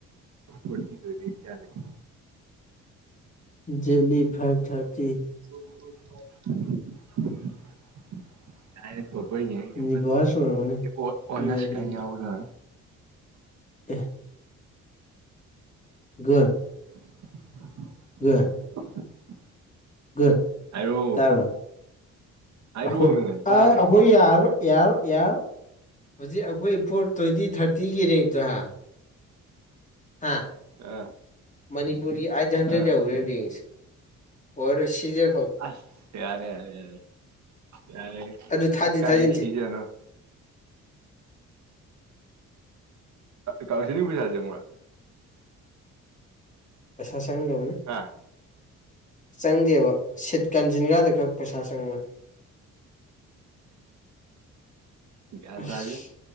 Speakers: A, on the right; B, on the left.
A: ꯐꯇꯤ ꯀꯌꯥ ꯂꯩꯒꯦ
B: ꯖꯦꯂꯤ ꯐꯥꯏꯚ ꯊꯥꯔꯇꯤ
A: <unintelligible> <unintelligible>
B: ꯅꯤꯚꯥꯁ ꯑꯣꯏꯔꯝꯒꯅꯤ
A: ꯑꯣꯅꯔꯁ
B: ꯌꯣꯔꯤꯡ
A: ꯀꯥꯏ ꯌꯥꯎꯏ
B: ꯑꯦ ꯒꯟ
A: <unintelligible>
B: <unintelligible>
A: <unintelligible>
B: ꯒꯗ
A: ꯍꯥꯏꯔꯣ
B: ꯇꯥꯕꯔꯥ
A: ꯍꯥꯏꯔꯣꯃꯦ
B: ꯑꯩꯈꯣꯏ
A: ꯇꯥꯗ꯭ꯔꯣ
B: ꯑꯩꯈꯣꯏ ꯌꯥꯔꯔꯣꯏ ꯌꯥꯔꯔꯣꯏ ꯌꯥꯔꯔꯣꯏ ꯍꯧꯖꯤꯛ ꯑꯩꯈꯣꯏ ꯐꯣꯔ ꯇ꯭ꯋꯦꯟꯇꯤ ꯊꯥꯔꯇꯤꯒꯤ ꯔꯦꯡꯇꯣ ꯍꯥ ꯍꯥꯥ
A: ꯑꯥ
B: ꯃꯅꯤꯄꯨꯔꯒꯤ ꯑꯥꯏꯠ ꯍꯟꯗ꯭ꯔꯦꯠ
A: ꯑꯥ
B: ꯌꯧꯒ꯭ꯔꯦ ꯔꯦꯡꯖꯦ ꯑꯣꯏꯔꯔꯣꯏ ꯁꯤꯖꯥ
A: ꯑꯁ ꯌꯥꯔꯦ ꯌꯥꯔꯦ ꯌꯥꯔꯦ ꯌꯥꯔꯦ
B: ꯑꯗꯨ ꯊꯥꯖꯤ
A: ꯏꯀꯥꯏ
B: ꯊꯥꯖꯤꯟꯁꯤ
A: ꯁꯤꯖꯒꯔꯣ ꯀꯥꯎꯟꯁꯤꯂꯤꯡ ꯄꯩꯁꯥ ꯆꯪꯕ꯭ꯔꯥ
B: ꯄꯩꯁꯥ ꯆꯪꯗꯕꯅꯤ
A: ꯑꯥ
B: ꯆꯪꯗꯦꯕ ꯁꯤꯠ ꯀꯥꯟꯖꯤꯟꯒꯔꯥꯗꯥ ꯈꯔ ꯄꯩꯁꯥ ꯆꯪꯕꯅꯤ
A: ꯒ꯭ꯌꯥꯟ
B: ꯑꯁ
A: ꯇꯥꯗꯦꯗꯥ